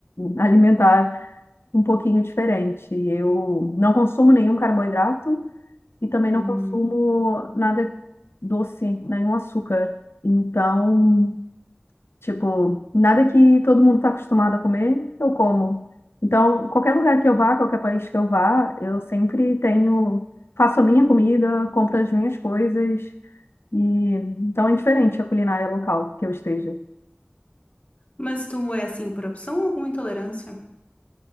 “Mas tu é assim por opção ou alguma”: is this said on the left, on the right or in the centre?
Left